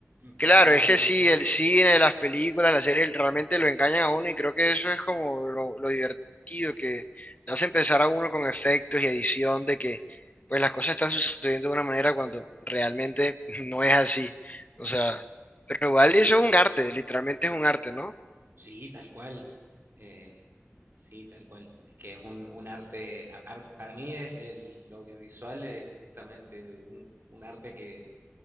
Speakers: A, on the left; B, on the right.
A: Claro,
B: trabada
A: es
B: y
A: que
B: monstruosa.
A: sí, el cine, las películas, las series realmente lo engañan a uno y creo que eso es como lo, lo divertido que le hace empezar a uno con efectos y edición de que pues las cosas están sucediendo de una manera cuando realmente <laughs> no es así. O sea, pero igual eso es un arte, literalmente es un arte, ¿no?
B: Sí, tal cual. Eh, sí, tal cual. Es que es un, un arte, aparte, para mí es el, lo audiovisual es justamente un, un arte que,